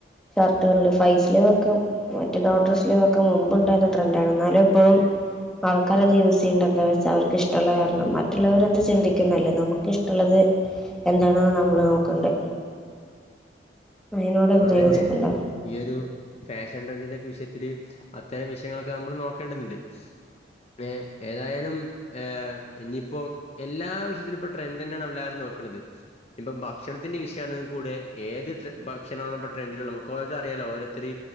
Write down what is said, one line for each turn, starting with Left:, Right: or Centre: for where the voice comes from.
Centre: ഷർട്ടുകളുണ്ട് ഫൈ സ്ലീവൊക്കെ. മറ്റേ ഡോക്ടർ സ്ലീവൊക്കെ മുമ്പ്ണ്ടായിരുന്ന ട്രെൻഡാണ്ന്നാലും പ്പം. ആൾക്കാരത് യൂസ് ചെയ്യ്ണ്ട എന്താ വെച്ചാ അവർക്ക് ഇഷ്ടള്ള കാരണം മറ്റുള്ളവര് എന്ത് ചിന്തിക്കുന്നല്ല നമുക്ക് ഇഷ്ടള്ളത്. എന്താണെന്ന് നമ്മൾ നോക്കണ്ടേ. അതിനോട് എന്തേലും
Left: അതന്നെ
Centre: യോജിപ്പുണ്ടോ?
Left: ഈ ഒരു ഫാഷൻ ട്രെൻഡിന്റെക്കെ വിഷയത്തില് അത്തരം വിഷയങ്ങളൊക്കെ നമ്മൾ നോക്കേണ്ടതുണ്ട്. വേ ഏതായാലും ഏഹ് ഇനിയിപ്പോ. എല്ലാ വിഷയത്തിലും ഇപ്പ ട്രെൻഡന്നെണ് എല്ലാരും നോക്ക്ണത്. ഇപ്പം ഭക്ഷണത്തിന്റെ വിഷയണെങ്കി കൂടെ ഏത് ട്രെ ഭ ക്ഷണൊള്ളപ്പോ ട്രൻഡിന്ള്ള മുക്കവായതറിയാലോ ഓരോരുത്തര്.